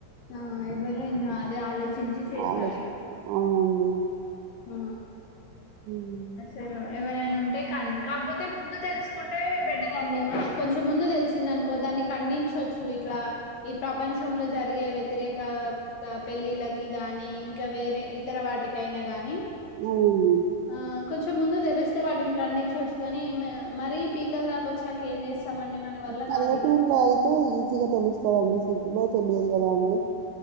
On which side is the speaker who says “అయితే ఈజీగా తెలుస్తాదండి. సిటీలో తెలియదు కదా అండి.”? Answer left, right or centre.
Right